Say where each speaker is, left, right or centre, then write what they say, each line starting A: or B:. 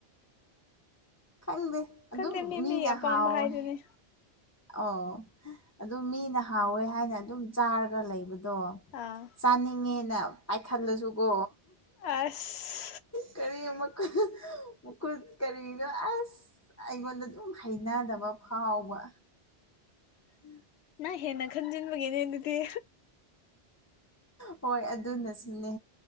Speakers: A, on the left; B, on the left.
A: ꯈꯪꯗꯦ ꯑꯗꯨꯝ
B: ꯈꯪꯗꯦ ꯃꯤ
A: ꯃꯤꯅ
B: ꯃꯤ ꯑꯄꯥꯝꯕ
A: ꯍꯥꯎꯋꯦ
B: ꯍꯥꯏꯗꯨꯅꯤ
A: ꯑꯣ ꯑꯗꯨ ꯃꯤꯅ ꯍꯥꯎꯋꯦ ꯍꯥꯏꯅ ꯑꯗꯨꯝ ꯆꯥꯔꯒ ꯂꯩꯕꯗꯣ
B: ꯑꯥ
A: ꯆꯥꯅꯤꯡꯉꯦꯅ ꯄꯥꯏꯈꯠꯂꯁꯨꯀꯣ
B: ꯑꯁ
A: ꯀꯔꯤ ꯃꯨ ꯃꯨꯨ ꯀꯔꯤꯅꯣ ꯑꯁ ꯑꯩꯉꯣꯟꯗ ꯑꯗꯨꯝ ꯍꯩꯅꯗꯕ ꯐꯥꯎꯕ ꯎꯝ
B: ꯅ ꯍꯦꯟꯅ ꯈꯟꯖꯤꯟꯕꯒꯤꯦꯅꯦ ꯑꯗꯨꯗꯤ
A: ꯍꯣꯏ ꯑꯗꯨꯅꯁꯨꯅꯦ